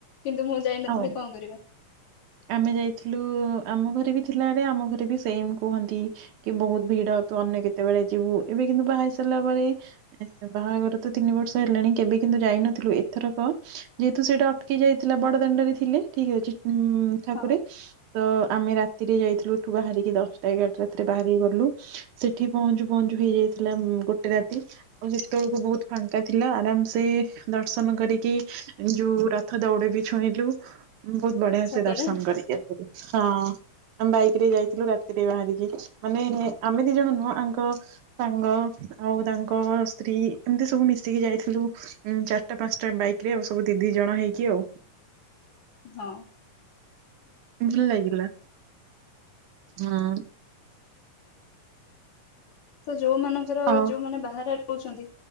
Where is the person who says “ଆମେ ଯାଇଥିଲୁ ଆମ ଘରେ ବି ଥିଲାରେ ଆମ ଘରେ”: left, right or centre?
Right